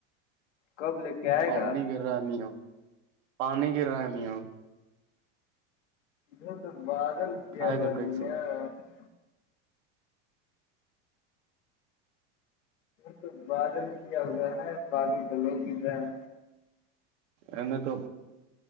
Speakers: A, on the left; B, on the right.
A: کب لے کے آئے
B: پانی
A: گا
B: گرانی ہو پانی گرانی ہو
A: ا تو بادل کیایا
B: کھائے
A: رہ
B: گا
A: <unintelligible>
B: کیسے
A: تو بادل کیا گا ہے پالی دل بھی رہ ہے
B: ا نے تو